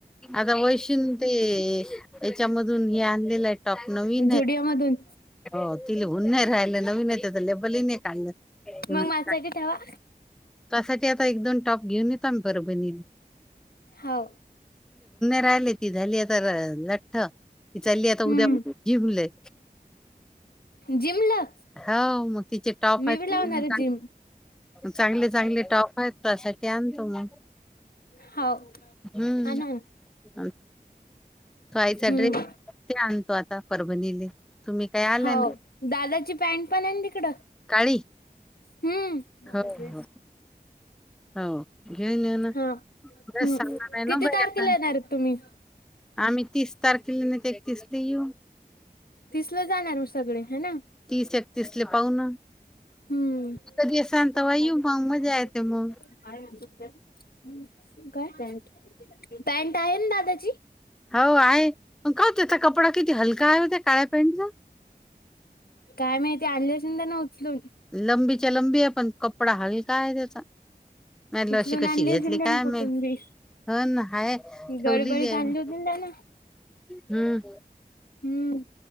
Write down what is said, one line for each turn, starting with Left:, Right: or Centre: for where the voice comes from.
Centre: आता वैषून ते याच्यामधून हे आणलेलं आहे टॉप नवीन
Left: झुडिओ
Centre: आहे
Left: मधून
Centre: ति हन्हे राहियलं नवीन येत तर लेबल नाही काढलं ते
Left: मग
Centre: म्हणे
Left: माझ्या ठेवा
Centre: त्यासाठी आता एक दोन टॉप घेऊन येतो आ्ही बरं बन
Left: हो
Centre: राहिलेय ती झाली आता लठ्ठ ती चालली आता
Left: हम्म
Centre: उद्या जिमलय
Left: जिमला
Centre: हो मग तिचे टॉप
Left: मी
Centre: आहेत
Left: बी लावणार आहे जिम
Centre: चांगले चांगले टॉक आहेत तसाठी आणतो मग
Left: हो
Centre: हम्म
Left: हा ना
Centre: आणि तो आईचा
Left: हम्म
Centre: ड्रेस ते आणतो आता परभणीले तुम्ही काय आला
Left: हो
Centre: ना
Left: दादाची पॅन्ट पण आहे ना तिकडं
Centre: काळी
Left: हम्मड्र
Centre: हो हो हो घेऊन ये ना
Left: हा
Centre: बस
Left: हम्म
Centre: सांगणाराय ना
Left: किती
Centre: भई
Left: तारखेला
Centre: आता
Left: येणार आहेत तुम्ही
Centre: आम्ही तीस तारखेला नाही ते एकतीस ते येऊ
Left: तिसलं जाणार म सगळे है ना
Centre: तीस एकतीसले पाहू ना
Left: हम्म
Centre: कधी असाल
Left: <inaudible> <unintelligible>
Centre: तवा येऊ मग मजा येते मग
Left: काय पँट पँट आहे ना दादाची
Centre: हो आहे म का हो त्याचा कपडा किती हलका आहे हो त्या काळ्या पॅन्टचा
Left: काय माहिती आणलि असेल त्यान उचलून
Centre: लंबीच्या लंबी आहे पण कपडा हल का आहे त्याचा म ल
Left: उचलून
Centre: अशी कशी
Left: आणली
Centre: घेतली
Left: असेल त्यान
Centre: काय
Left: कुठून
Centre: माहित
Left: बी
Centre: ह न हाय ठेवलेली
Left: गडबडीत
Centre: आहे
Left: आणली
Centre: मी
Left: होती ना त्यान
Centre: हम्
Left: हम्म